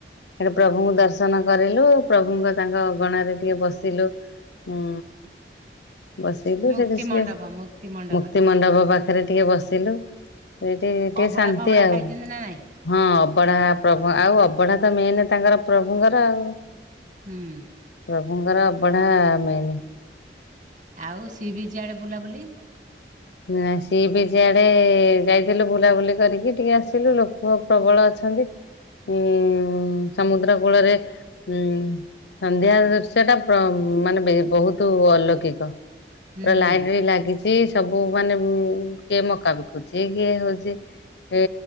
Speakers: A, on the left; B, on the right.
A: ଆରେ ପ୍ରଭୁଙ୍କୁ ଦର୍ଶନ କରିଲୁ ପ୍ରଭୁଙ୍କ ତାଙ୍କ ଅଗଣାରେ ଟିକେ ବସିଲୁ। ହୁଁ ବସିଲୁ
B: ମୁକ୍ତି
A: ସେଠୁ ସେ
B: ମଣ୍ଡପ ମୁକ୍ତି ମଣ୍ଡପରେ
A: ମୁକ୍ତି ମଣ୍ଡପ ପାଖରେ ଟିକେ ବସିଲୁ। ସେଇଠି ଟିକେ
B: ଅବଡା
A: ଶାନ୍ତି
B: ଫବଡା
A: ଆଉ
B: ଖାଇଛନ୍ତି ନା ନାଇଁ?
A: ହଁ ଅବଢା ପ୍ରଭୁ ଆଉ ଅବଢା ତ ମେନ ତାଙ୍କର ପ୍ରଭୁଙ୍କର ଆଉ
B: ହୁଁ
A: ପ୍ରଭୁଙ୍କର ଅବଢ଼ା ମେନ୍।
B: ଆଉ ସି ବିଚ୍ ଆଡେ ବୁଲାବୁଲି?
A: ନା ସି ବିଚ୍ ଆଡେ ଯାଇଥିଲୁ ବୁଲାବୁଲି କରିକି ଟିକେ ଆସିଲୁ ଲୋକ ପ୍ରବଳ ଅଛ ଛନ୍ତି। ଉଁ ସମୁଦ୍ର କୂଳରେ ଉଁ ସନ୍ଧ୍ୟା ବେଳ ଦୃଶ୍ୟ ଟା ମାନେ ବେ ବହୁତ ଅଲୌକିକ
B: ହୁଁ
A: ପୁରା ଲାଇଟ ବି ଲାଗିଚି। ସବୁ ମାନେ ଉ କିଏ ମକା ବିକୁଚି କିଏ ହଉଚି ଏ